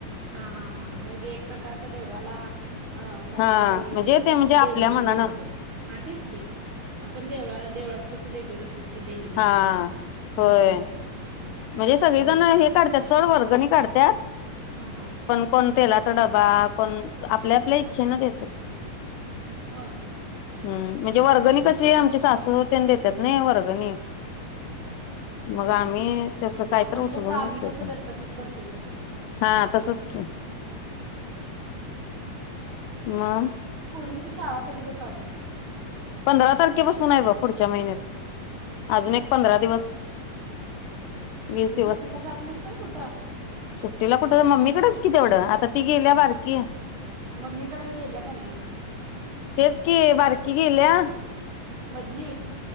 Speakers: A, on the right; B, on the left.
A: हा हा हा हा म्हणजे एक प्रकारच देवाला अ काहीतरी
B: हा म्हणजे ते म्हणजे आपल्या
A: देणगी
B: मनानं
A: दिल्या गत हा तेच की आपण देवळाला देवळात कसं देतोय तसंच कि देणगी
B: हा
A: काहीतरी
B: होय
A: मंदिरात.....
B: म्हणजे सगळे
A: हम्म.
B: जण हे काढत्यात सर् वर्गनी काढ त्या
A: हा हा
B: पण कोण तेलात डबा कोण आपल्या आपल्या इच्छे न देतात.
A: होय
B: हम्म म्हणजे वर्गणी
A: हम्म.
B: कशी आमची सासु ते देत त्यात नाही वर्गणी मग आम्ही? तसं काहीतर
A: आपण
B: उचलून
A: कसं आम्ही
B: घेतल
A: कसं
B: त्यांनी
A: गणपतीत करतोय तसं
B: हा तसच की... म
A: पुरींची शाळा कधी ग चालू?
B: पंधरा तारखेपासून आहे ब पुढच्या महिन्यात अजून एक पंधरा दिवस.....
A: पोरी
B: वीस दिवस
A: सुट्टीला जात नाहीत माही कुठं
B: सुट्टीला कुठ मम्मीकडच कि तेवढं आता ती गेल्या बारकी...
A: मम्मी कड गेल्या की नाय
B: तेच कि बारकी गेल्या...
A: मधली